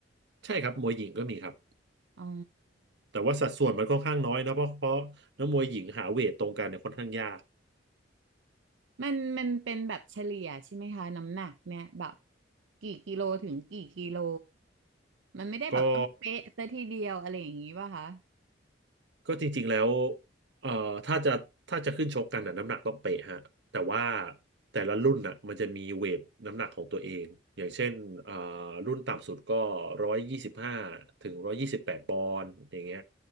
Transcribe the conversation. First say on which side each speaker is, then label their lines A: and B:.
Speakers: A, on the right; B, on the right.
A: ใช่ครับมวยหญิงก็มีครับ
B: อ๋อ
A: แต่ว่าสัดส่วนมันค่อนข้างน้อยนะเพราะเพราะนักมวยหญิงหาเวทตรงกันเนี่ยค่อนข้างยาก
B: มันมันเป็นแบบเฉลี่ยใช่ไหมคะน้ำหนักเนี่ยแบบกี่กิโลถึงกี่กิโลมันไม่ได้แบบต้องเป๊ะซะทีเดียวอะไรอย่างงี้ป่ะคะ
A: ก็ ก็จริงๆแล้วเอ่อถ้าจะถ้าจะขึ้นชกกันน่ะน้ำหนักต้องเป๊ะฮะแต่ว่าแต่ละรุ่นน่ะมันจะมีเวทน้ำหนักของตัวเอง อย่างเช่นเอ่อรุ่นต่ำสุดก็ร้อยยี่สิบห้าถึงร้อยยี่สิบแปดปอนด์อย่างเงี้ย